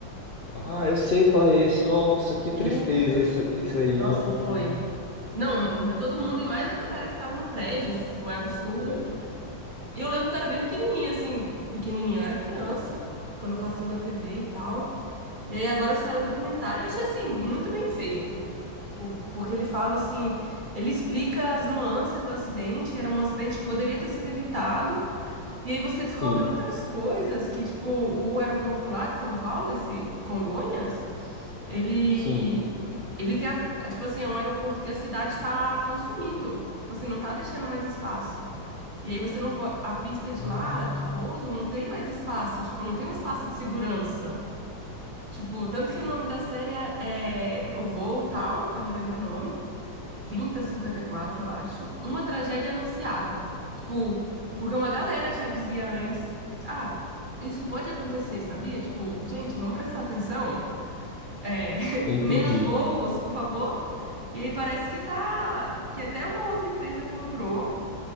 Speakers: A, on the left; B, on the right.
A: Ah, eu sei qual é esse. Nossa, que tristeza
B: É,
A: esse, esse aí.
B: nossa,
A: Não,
B: foi. Não, morreu todo mundo e mais a galera que tava no prédio, tipo, foi absurdo.
A: não presta.
B: E eu lembro que eu era bem pequenininha, assim, pequenininha, eu era criança, quando passou na TV e tal. E aí agora saiu o documentário, eu achei assim, muito bem feito. Tipo, porque ele fala assim, ele explica as nuances do acidente, era um acidente que poderia ter sido evitado. E aí você descobre
A: Sim.
B: outras coisas que, tipo, o aeroporto lá de São Paulo, esse Congonhas, ele
A: Sim,
B: ele tem a, a- tipo assim, é um aeroporto que a cidade está consumindo. Tipo assim, não tá deixando mais espaço. E aí você não pode, a pista de
A: Ah,
B: lá, de pouso, não tem mais espaço, tipo, não tem um espaço de segurança. Tipo, tanto que o nome da série é é O Voo Tal, que eu não lembro o nome, trinta cinquenta e quatro eu acho, Uma Tragédia Anunciada. Tipo, porque uma galera já dizia antes, ah, isso pode acontecer, sabia? Tipo, gente, vamos prestar atenção, é, <laughs>
A: eu entendi.
B: menos voos, por favor. E aí parece que tá, que até uma outra empresa comprou